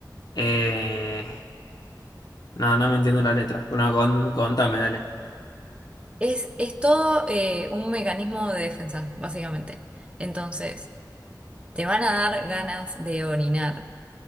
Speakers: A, on the left; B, on the right.
A: eh, no, no me entiendo la letra. Bueno, con- contame, dale.
B: Es, es todo eh, un mecanismo de defensa, básicamente. Entonces. te van a dar ganas de orinar.